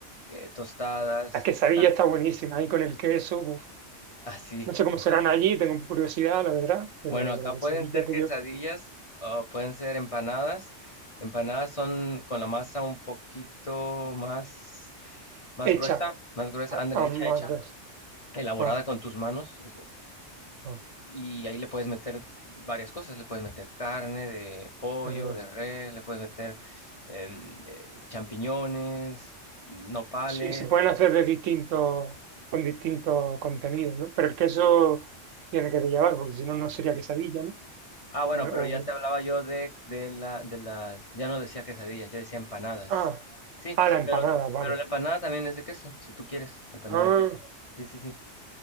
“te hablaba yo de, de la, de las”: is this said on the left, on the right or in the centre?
Left